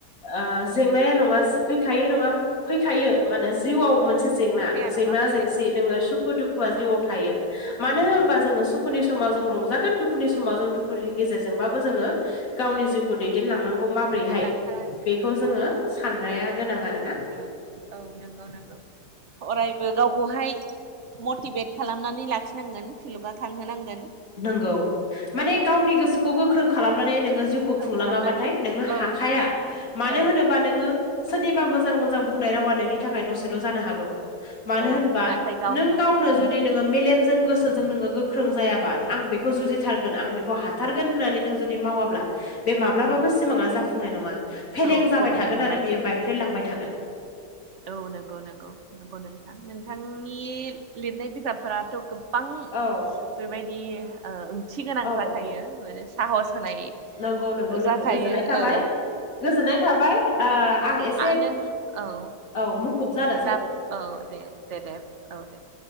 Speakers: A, on the left; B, on the right.
A: ओ जेंनाया नङा फैखायो नङा फैखायो मा होनो जिउआव मोनसे
B: औ
A: जेंना
B: फैया
A: जेंना
B: नङा फैयो
A: जेंसि नोङो सुखु दुखुआ जिउआव थायो मानो होनोबा
B: औ
A: जोङो सु दुखुनि समाव जों रंजागोन दुखुनि समाव जों दुखुनि गेजेरजोंबाबो जोङो गावनि जिउखौ दैदेनलांनांगौ माब्रैहाय
B: दैदेनलांथारनांगोन
A: बेखौ जोङो
B: औ
A: साननाया गोनां आरोना
B: औ औ नंगौ नंगौ अराय -बो गावखौहाय मटिभेट खालामनानै लाखिनांगोन थुलुंगाखांहोनांगोन
A: नोंगौ माने गावनि गोसो खौ गोख्रों खालामनानै नोङो जिउखौ
B: गोख्रों
A: खुंलाङाबाथाय
B: खालामनानै
A: नोङो
B: औ
A: हाखाया मानो
B: औ
A: होनोबा नोङो सोरनिबा मोजां मोजां बुंनाय रावा नोंनि थाखाय दसेल' जानो हागौ मानो
B: औ
A: होनबा
B: नाथाय
A: नों गावनो जुदि
B: उम
A: नोङो मेलेमजों गोसोजों नोङो गोख्रों जायाबा आं बेखौ जुजिथारगोन आं बेखौ हाथारगोन होननानै नों जुदि मावाब्ला बे माब्लाबाबो
B: उम
A: सिमाङा जाफुंनाय नङा फेलें
B: औ
A: जाबाय
B: गुबुननि
A: थागोन
B: बुंनायजों
A: आरो बेयो बायफ्ले लांबाय थागोन
B: औ नंगौ नंगौ नंगौ नोंथां नोंथांनि लिरनाय बिजाबफोराथ' गोब गोबां
A: औ
B: बेबायदि ओ ओंथि गोनां
A: औ
B: जाखायो बे साहस होनाय
A: नंगौ नंगौ
B: जाखायो
A: लोगो गोजोननाय थाबाय
B: औ
A: गोजोननाय थाबाय ओ आं एसे
B: आ नों औ
A: औ मुखुब जान
B: दाब औ दे दे दे औ दे